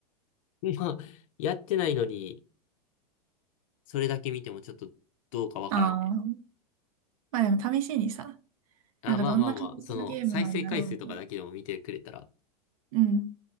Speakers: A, on the left (about 55°); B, on the right (about 55°).
A: な。<laughs> まあ、やってないのに、それだけ見てもちょっとどうかわからんね。
B: ああ、まあでも試しにさ、
A: あ、
B: なんかどんな感じのゲームなんだろうみたいな。
A: まあまあまあ、その、再生回数とかだけでも見てくれたら、
B: うん。